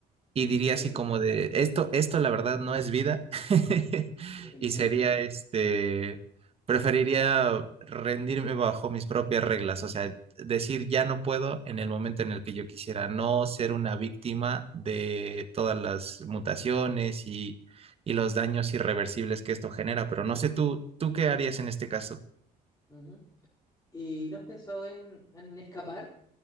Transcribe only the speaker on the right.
Y diría
así como de, esto, esto la verdad no es vida. <laughs>
Y sería este, preferiría rendirme bajo mis propias reglas, o sea, decir ya no puedo en el momento en el que yo quisiera, no ser una víctima de todas las mutaciones y, y los daños irreversibles que esto genera. Pero no sé tú, ¿tú qué harías en este caso?